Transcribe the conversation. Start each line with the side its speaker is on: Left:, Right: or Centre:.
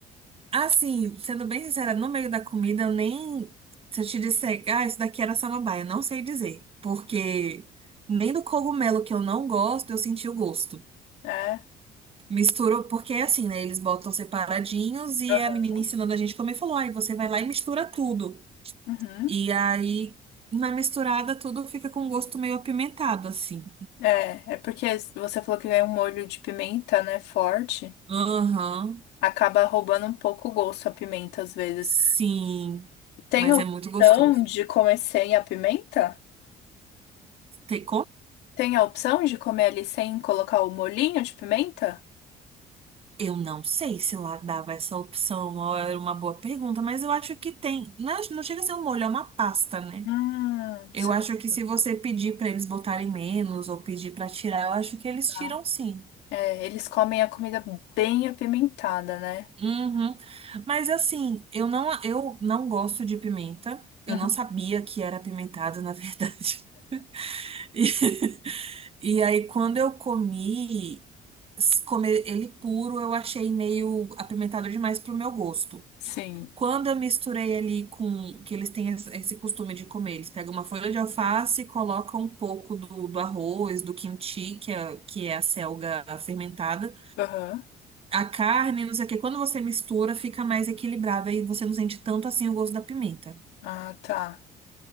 Right: Assim, sendo bem sincera, no meio da comida eu nem. Se eu te disser, ah, isso daqui era samambaia, eu não sei dizer. Porque nem do cogumelo que eu não gosto, eu senti o gosto.
Left: É,
Right: Misturou, porque é assim, né? Eles botam separadinhos e
Left: aham.
Right: a menina ensinando a gente comer falou: aí você vai lá e mistura tudo.
Left: Uhum.
Right: E aí, na misturada, tudo fica com um gosto meio apimentado, assim.
Left: É, é porque você falou que vem um molho de pimenta, né, forte.
Right: Aham,
Left: Acaba roubando um pouco o gosto a pimenta às vezes.
Right: sim,
Left: Tem
Right: mas
Left: a
Right: é
Left: opção
Right: muito gostoso.
Left: de comer sem a pimenta?
Right: Tem,
Left: Tem a opção de comer ali sem colocar o molhinho de pimenta?
Right: Eu não sei se lá dava essa opção ou era uma boa pergunta, mas eu acho que tem. Não, é- não chega a ser um molho, é uma pasta, né?
Left: Hum,
Right: Eu
Left: certo.
Right: acho que se você pedir pra eles botarem menos ou pedir pra tirar, eu acho que eles
Left: Tá.
Right: tiram sim.
Left: É, eles comem a comida bem apimentada, né?
Right: Uhum. Mas assim, eu não, eu não gosto de pimenta. Eu
Left: Uhum.
Right: não sabia que era apimentado, na verdade. <laughs> E, e aí, quando eu comi, s- comer ele puro, eu achei meio apimentado demais pro meu gosto.
Left: Sim.
Right: Quando eu misturei ali com que eles têm esse esse costume de comer, eles pegam uma folha de alface e colocam um pouco do, do arroz, do quinti, que é, que é a selga fermentada,
Left: Aham.
Right: a carne, não sei o quê. Quando você mistura, fica mais equilibrado e você não sente tanto assim o gosto da pimenta.
Left: Ah, tá.